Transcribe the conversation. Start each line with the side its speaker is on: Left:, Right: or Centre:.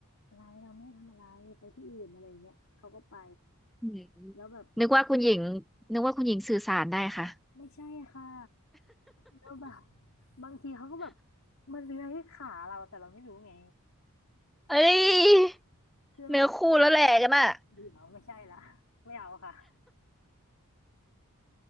Left: อะไรเราไม่ได้ทำอะไรไปที่อื่นอะไรอย่างเงี้ยเขาก็ไป
Centre: อืม
Left: แล้วแบบ
Centre: นึกว่าคุณหญิงนึกว่าคุณหญิงสื่อสารได้ค่ะ
Left: ไม่ใช่ค่ะแล้วแบบบางทีเขาก็แบบมันเลื้อยขาเราแต่เราไม่รู้ไง
Centre: เอ้ย
Left: คือเรา
Centre: เนื้อคู่แล้วแหละกันอ่ะ
Left: เดี๋ยวไม่ใช่ละไม่เอาค่ะ